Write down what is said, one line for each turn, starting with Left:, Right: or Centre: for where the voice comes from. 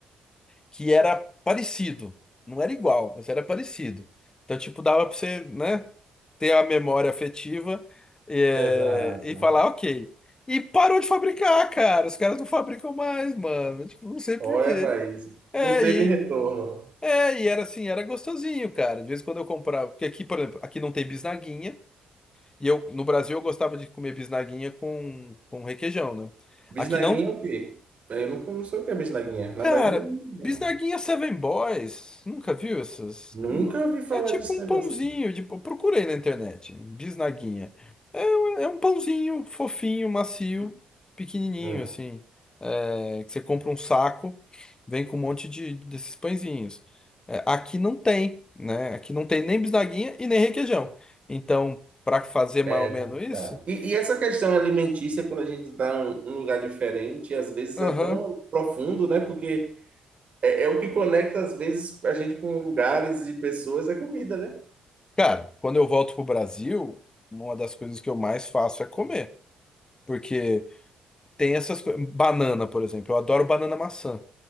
Left: que era parecido. Não era igual, mas era parecido. Então, tipo, dava pra você, né, ter a memória afetiva, é,
Right: exato.
Left: e falar, ok. E parou de fabricar, cara. Os caras não fabricam mais, mano. Tipo, não sei
Right: Olha,
Left: por quê.
Right: vai isso.
Left: É,
Right: Não teve
Left: e,
Right: retorno.
Left: é, e era assim, era gostosinho, cara. De vez em quando eu comprava. Porque aqui, por exemplo, aqui não tem bisnaguinha. E eu, no Brasil, eu gostava de comer bisnaguinha com, com requeijão, né?
Right: Bisnaguinha
Left: Aqui não.
Right: é o quê? Eu não, não sei o que é bisnaguinha. Na
Left: Cara,
Right: Bahia não tem bisnaguinha,
Left: bisnaguinha
Right: não.
Left: Seven Boys. Nunca viu essas?
Right: Nunca
Left: Nu-
Right: ouvi falar
Left: É tipo
Right: desse
Left: um
Right: negócio
Left: pãozinho.
Right: aí.
Left: De... eu Procurei na internet. Bisnaguinha. É um pãozinho fofinho, macio, pequenininho,
Right: Hum,
Left: assim. É, que você compra um saco, vem com um monte de, desses pãezinhos. É, aqui não tem, né? Aqui não tem nem bisnaguinha e nem requeijão. Então, para fazer
Right: é
Left: mais ou
Right: complicado.
Left: menos isso.
Right: E, e essa questão alimentícia, quando a gente está em um lugar diferente, às vezes
Left: Aham.
Right: é tão profundo, né? Porque é, é o que conecta, às vezes, a gente com lugares e pessoas, é comida, né?
Left: Cara, quando eu volto pro Brasil, uma das coisas que eu mais faço é comer. Porque tem essas coisas. Banana, por exemplo. Eu adoro banana maçã.